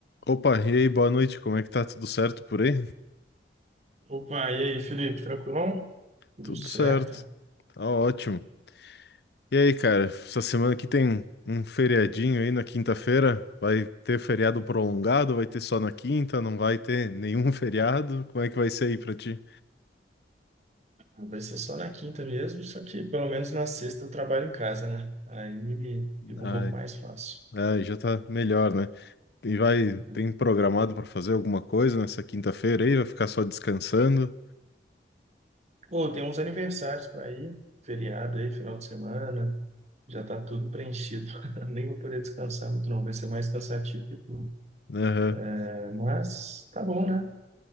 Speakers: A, on the left; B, on the right.
A: Opa, e aí, boa noite, como é que tá? Tudo certo por aí?
B: Opa, e aí, Felipe, tranquilão? Tudo
A: Tudo
B: certo.
A: certo, tá ótimo. E aí, cara, essa semana aqui tem um feriadinho aí na quinta-feira? Vai ter feriado prolongado? Vai ter só na quinta? Não vai ter nenhum <laughs> feriado? Como é que vai ser aí pra ti?
B: Ah, Vai ser só na quinta mesmo, só que pelo menos na sexta eu trabalho em casa, né? Aí fica
A: Ai,
B: um pouco mais fácil.
A: ai, já tá melhor, né? E vai,
B: né?
A: tem programado pra fazer alguma coisa nessa quinta-feira aí? Vai ficar só descansando?
B: Pô, tem uns aniversários para ir, feriado aí, final de semana, já tá tudo preenchido. <laughs> Nem vou poder descansar muito, não. Vai ser mais cansativo que tudo.
A: Aham.
B: É, Mas tá bom, né?